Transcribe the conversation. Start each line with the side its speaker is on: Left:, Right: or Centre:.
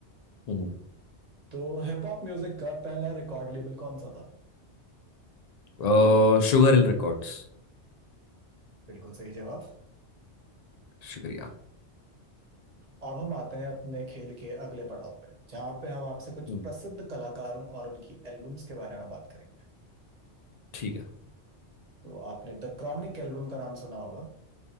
Left: हम्म।
Right: तो हिप हॉप म्यूजिक का पहला रिकॉर्ड लेबल कौन सा था
Left: अ, शुगर हिल रिकॉर्ड्स
Right: बिल्कुल सही जवाब
Left: शुक्रिया
Right: अब हम आते हैं अपने खेल के अगले पड़ाव पे जहाँ पे हम आपसे कुछ
Left: हम्म,
Right: प्रसिद्ध कलाकारों और उनकी एल्बम्स के बारे में बात करेंगे
Left: ठीक है
Right: तो आपने द क्रॉनिक एल्बम का नाम सुना होगा